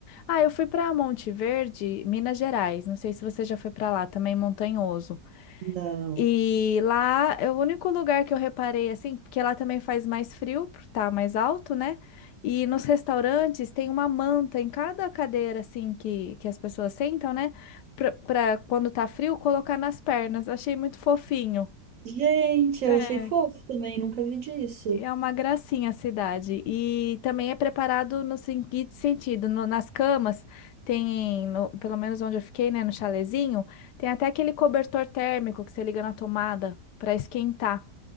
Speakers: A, on the left; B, on the right.
A: Ah, eu fui para Monte Verde, Minas Gerais. Não sei se você já foi para lá, também montanhoso.
B: Não.
A: E lá é o único lugar que eu reparei assim, porque lá também faz mais frio, por tá mais alto, né? E nos restaurantes tem uma manta em cada cadeira assim que, que as pessoas sentam, né? Pra, pra quando tá frio colocar nas pernas. Eu Achei muito fofinho.
B: Gente,
A: É.
B: eu achei fofo também, nunca vi disso.
A: É uma gracinha a cidade. E também é preparado no seguinte sentido, no- nas camas tem, no- pelo menos onde eu fiquei, né, no chalezinho, tem até aquele cobertor térmico que você liga na tomada para esquentar.